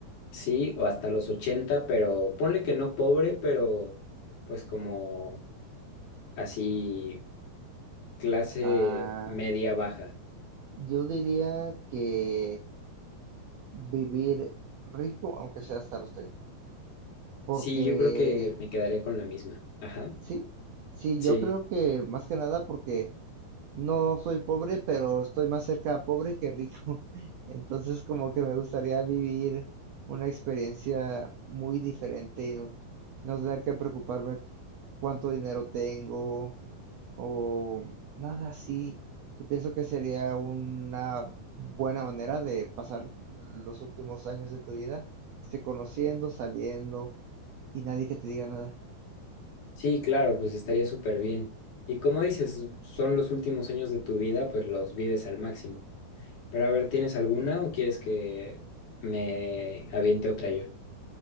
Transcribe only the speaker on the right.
Ah,
yo diría que vivir rico, aunque sea hasta los treinta Porque,
sí, sí,
yo creo que más que nada porque No soy pobre, pero estoy más cerca de pobre que rico. <laughs> Entonces, como que me gustaría vivir una experiencia muy diferente y no, no tener que preocuparme cuánto dinero tengo o nada así. Y pienso que sería una buena manera de pasar los últimos años de tu vida, este, conociendo, saliendo y nadie que te diga nada.